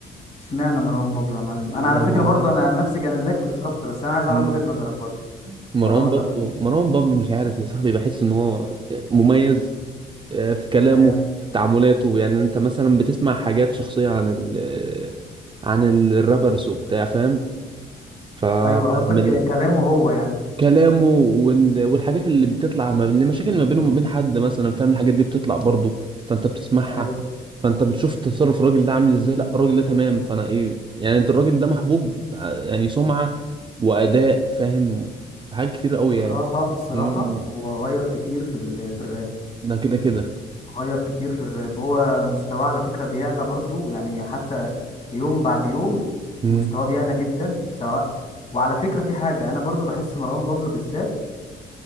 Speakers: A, on the left; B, on the right.
A: اشمعنى مروان بابلو يا معلم
B: يا
A: أنا على فكرة
B: مان
A: برضو أنا نفس جنازاك بالظبط بس أنا عايز أعرف
B: <clears throat>
A: وجهة نظرك برضو
B: مروان
A: وأنا أقول
B: بابلو
A: لك
B: مروان بابلو مش عارف يا صاحبي بحس ان هو مميز آه، في كلامه
A: تمام
B: في تعاملاته يعني انت مثلا بتسمع حاجات شخصية عن ال آه، عن الرابرز وبتاع فاهم فمن
A: أيوه قصدك ك- كلامه هو يعني
B: كلامه وال- والحاجات اللي بتطلع ما بين المشاكل اللي ما بينه وما بين حد مثلا فاهم الحاجات دي بتطلع برضه فانت بتسمعها
A: أيوه
B: فانت بتشوف تصرف الراجل ده عامل ازاي لا الراجل ده تمام فانا ايه يعني انت الراجل ده محبوب ع- يعني سمعة وأداء فاهم حاجات كتير قوي
A: الصراحة
B: يعني
A: الصراحة
B: مم.
A: هو غير كتير في ال... في الراب
B: ده كده كده
A: غير كتير في الراب هو مستواه على فكرة بيعلى برضو يعني حتى يوم بعد يوم
B: امم
A: مستواه بيعلى جدا سواء وعلى فكرة في حاجة أنا برضو بحس مروان بابلو بالذات